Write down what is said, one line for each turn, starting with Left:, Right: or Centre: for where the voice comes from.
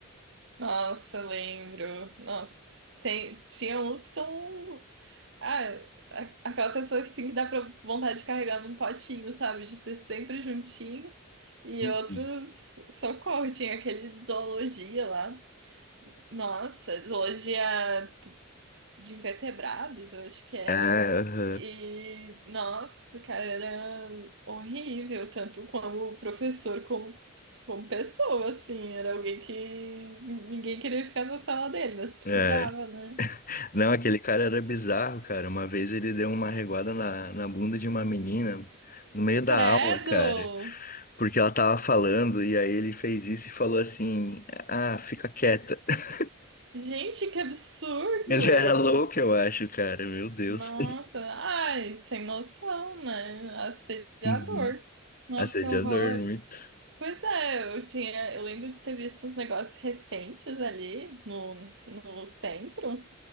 Right: Nossa, lembro. Nossa, tem- tinha uns que são. Ah, a- aquela pessoa que sim que dá pra vontade de carregar num potinho, sabe? De ter sempre juntinho. E
Left: Uhum.
Right: outros, socorro, tinha aquele de zoologia lá. Nossa, zoologia de invertebrados, eu acho que era.
Left: É, aham.
Right: E, nossa, cara, era horrível, tanto como professor, como, como pessoa, assim. Era alguém que ninguém queria ficar na sala dele, mas precisava,
Left: É.
Right: né?
Left: Não, aquele cara era bizarro, cara. Uma vez ele deu uma reguada na, na bunda de uma menina no meio da
Right: Credo!
Left: aula, cara, porque ela tava falando e aí ele fez isso e falou assim: Ah, fica quieta. <laughs>
Right: Gente, que absurdo!
Left: Ele era louco, eu acho, cara. Meu Deus.
Right: Nossa, ai, sem noção, né? Assediador.
Left: Uhum.
Right: Nossa,
Left: Assediador,
Right: que horror.
Left: muito.
Right: Pois é, eu tinha, eu lembro de ter visto uns negócios recentes ali no, no centro.